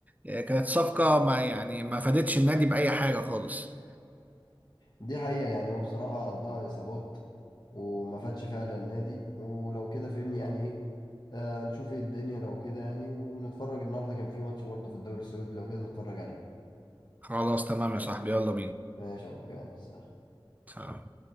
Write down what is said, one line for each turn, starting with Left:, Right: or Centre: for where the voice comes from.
Right: آه، كانت صفقة ما يعني ما فادتش النادي بأي حاجة خالص
Left: دي حقيقة يعني هو بصراحة قضاها اصابات وما فادش فعلا النادي ولو كده فهمني يعني ايه آه نشوف ايه الدنيا لو كده يعني ونتفرج النهارده كان في ماتش برضه في الدوري السعودي لو كده نتفرج عليه
Right: خلاص تمام يا صاحبي يلا
Left: ماشي يا عبد يلا سلام
Right: بينا